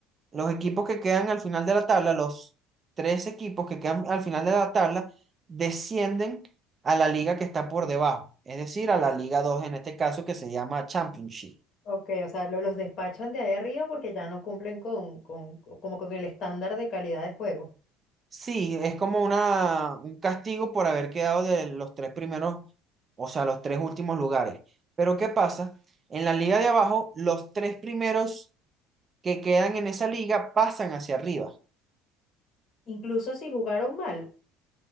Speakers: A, on the right; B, on the left.
A: Los equipos que quedan al final de la tabla, los tres equipos que quedan al final de la tabla, descienden a la liga que está por debajo, es decir, a la Liga 2 en este caso que se llama Championship.
B: ok, o sea, lo- los despachan de ahí arriba porque ya no cumplen con, con, como con el estándar de calidad de juego.
A: Sí, es como una, un castigo por haber quedado de los tres primeros, o sea, los tres últimos lugares. Pero ¿qué pasa? En la liga de abajo, los tres primeros que quedan en esa liga pasan hacia arriba.
B: Incluso si jugaron mal,